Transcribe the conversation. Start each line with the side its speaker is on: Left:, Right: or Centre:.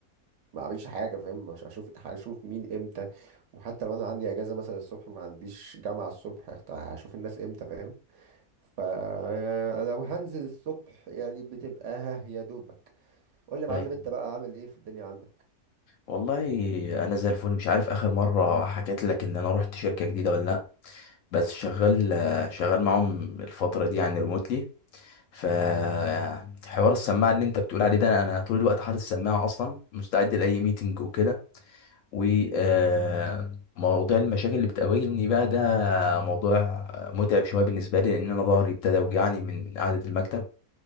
Right: ما اعملش حاجه فاهم مش هشوف هشوف مين امتى وحتى لو انا عندي اجازه مثلا الصبح ما عنديش جامعه الصبح اخت- هشوف الناس امتى فاهم فلو هنزل الصبح يعني بتبقى ها يا دوبك قول لي يا معلم
Left: ايوه
Right: انت بقى عامل ايه في الدنيا عندك
Left: والله انا زي الفل مش عارف اخر مرة حكيت لك ان انا رحت شركة جديدة ولا لا بس شغال شغال معاهم الفترة دي يعني ريموتلي فحوار السماعه اللي انت بتقول عليه ده انا أنا طول الوقت حاطط السماعه اصلا مستعد لاي ميتنج وكده وموضوع المشاكل اللي بتقابلني بقى ده موضوع متعب شويه بالنسبه لي لان انا ظهري ابتدى يوجعني من قعده المكتب